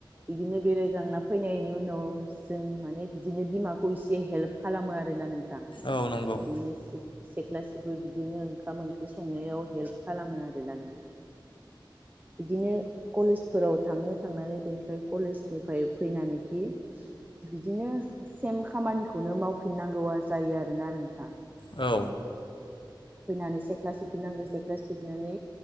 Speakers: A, on the right; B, on the left.
A: बिदिनो बेरायग्लांना फैनायनि उनाव जों माने बिदिनो बिमा खौ इसे हेल्प खालामो आरोना नों थां
B: औ नंगौ
A: बिदि <unintelligible> सिख्लासेबो बिदिनो ओंखाम ओंख्रि संनायाव हेल्प खालामो आरोना नों बिदिनो कलेजफोराव थाङो थांनानै बेनिफ्राय कलेजनिफ्राय फैनानैखि बिदिनो। सेम खामानिखौनो मावफिननांगौआ जायो आरोना नोंथां।
B: औ
A: फैनानै सेख्ला सिबफैनांगौ सेख्ला सिबनानै